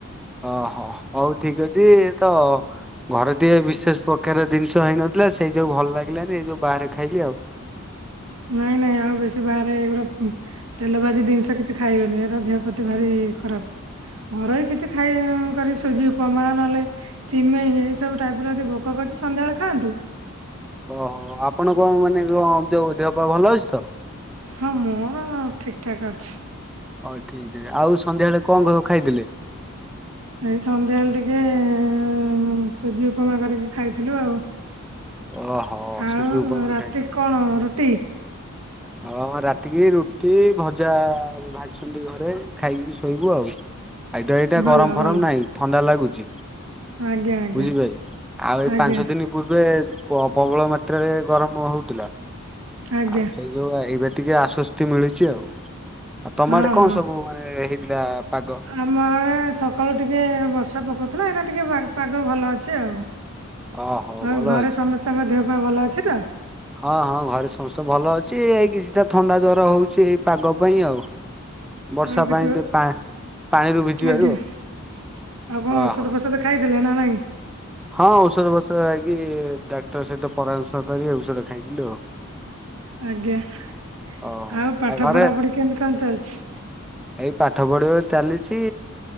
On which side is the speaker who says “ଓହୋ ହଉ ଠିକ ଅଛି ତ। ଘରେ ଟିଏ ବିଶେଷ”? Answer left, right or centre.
Centre